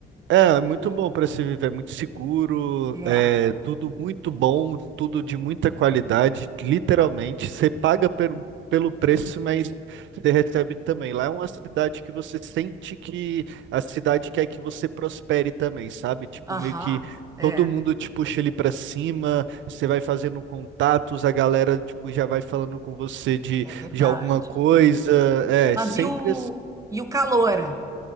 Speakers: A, on the right (about 70°); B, on the right (about 15°).
A: É, muito
B: E-
A: bom para se viver, muito seguro,
B: é,
A: é tudo muito bom, tudo de muita qualidade, literalmente. Você paga pelo, pelo preço, mas você recebe também. Lá é uma cidade que você sente que a cidade quer que você prospere também, sabe? Tipo,
B: aham,
A: meio que
B: é,
A: todo mundo te puxa ali para cima, você vai fazendo contatos, a galera tipo já vai falando com você de,
B: é verdade.
A: de alguma coisa. É,
B: Mas
A: sempre
B: e o, e o calor?